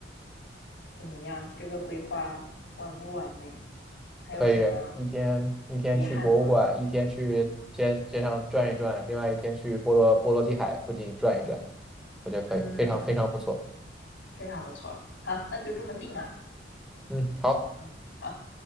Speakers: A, on the left; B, in the centre.
A: 怎么样？这个规划完不完美？还有什么
B: 可以一天一天去博物馆，
A: 遗憾吗？
B: 一天去街街上转一转，另外一天去波罗波罗的海附近转一转，我觉得可以，
A: 嗯，
B: 非常非常不错。
A: 非常不错。好，那就这么定了。
B: 嗯，好。
A: 嗯，好。